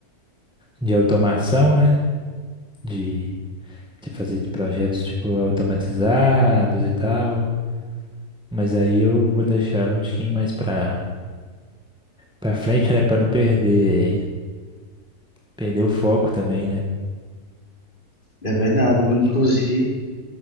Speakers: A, in the centre; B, on the left (about 30°).
A: de automação, né? De, de fazer de projetos tipo automatizados e tal. Mas aí eu vou deixar ela um tiquinho mais pra, pra frente, né? Pra não perder, perder o foco também, né?
B: É verdade.
A: Porque
B: Inclusive,